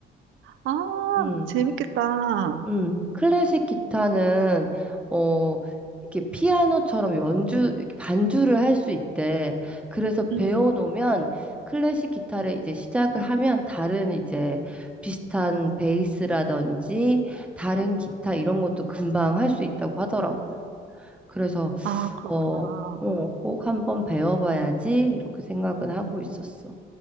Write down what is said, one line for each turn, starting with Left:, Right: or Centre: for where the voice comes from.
Right: 아,
Centre: 음.
Right: 재밌겠다.
Centre: 음, 클래식 기타는 어 이렇게 피아노처럼 연주 이렇게 반주를 할 수 있대. 그래서 배워놓으면
Right: 음.
Centre: 클래식 기타를 이제 시작을 하면 다른 이제 비슷한 베이스라든지 다른 기타 이런 것도 금방 할 수 있다고 하더라고. 그래서
Right: 아, 그렇구나.
Centre: 어, 어, 꼭 한번 배워봐야지 이렇게 생각은 하고 있었어.